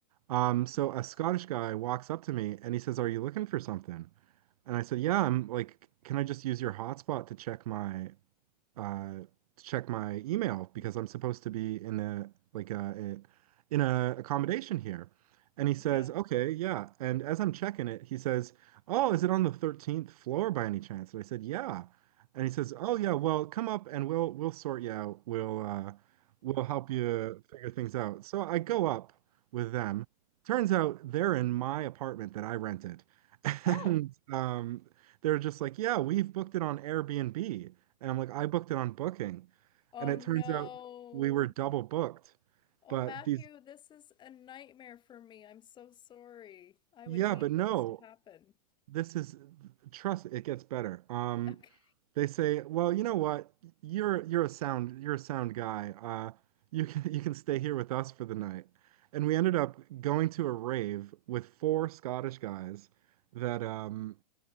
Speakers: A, on the right; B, on the left.
A: Um, so
B: wait.
A: a Scottish guy walks up to me and he says, "Are you looking for something?" And I said, "Yeah, I'm like, can I just use your hotspot to check my uh, to check my email because
B: Hmm.
A: I'm supposed to be in a like a, a in a accommodation here. And he
B: Yeah.
A: says, "Okay, yeah." And as I'm checking it, he says, "Oh, is it on the 13th floor by any chance?" And I said, "Yeah." And he says, "Oh, yeah. Well, come up and we'll we'll sort you out. We'll uh, we'll help you figure things out." So I go up with them. Turns out they're in my apartment that I rented, <laughs> and
B: Oh,
A: um, they're just like, "Yeah, we've booked it on Airbnb." And I'm like, I booked it on Booking.
B: oh
A: And it
B: no.
A: turns out we were double booked.
B: Oh,
A: But
B: Matthew,
A: these,
B: this is a nightmare for me. I'm so sorry. I
A: yeah,
B: would hate
A: but no,
B: for this to happen.
A: this is, trust, it gets better. Um,
B: Okay.
A: they say, well, you know what? You're you're a sound you're a sound guy. Uh, you can you can stay here with us for the night. And we ended up going to a rave with four Scottish guys that um